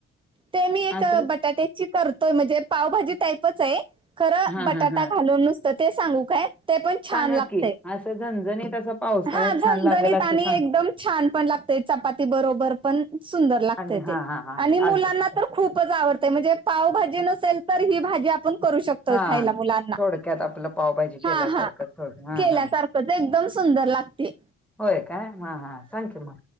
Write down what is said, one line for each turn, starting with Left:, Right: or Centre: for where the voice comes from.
Right: ते मी एक
Centre: असंच
Right: बटाट्याची करतोय, म्हणजे पावभाजी टाईपच आहे. खरं
Centre: हां
Right: बटाटा
Centre: हां हां.
Right: घालून नुसतं ते सांगू काय? ते पण छान
Centre: सांगा
Right: लागते,
Centre: की. असं झणझणीत असं पावसाळ्यात
Right: हा झणझणीत
Centre: छान लागेल अशी
Right: आणि
Centre: सांग
Right: एकदम छान पण लागते चपाती बरोबर पण सुंदर लागते
Centre: आणि हां
Right: ते
Centre: हां हां.
Right: आणि
Centre: चालतंय
Right: मुलांना
Centre: की.
Right: तर खूपच आवडते, म्हणजे पावभजी नसेल तर ही भाजी आपण करू शकतोय
Centre: हां.
Right: खायला मुलाना,
Centre: थोडक्यात आपलं पावभाजी केल्यासारखं
Right: हा हा
Centre: थोडं. हां
Right: केल्या
Centre: हां.
Right: सार तर ते एकदम सुंदर लागते.
Centre: होय का हा हा सांग की मग.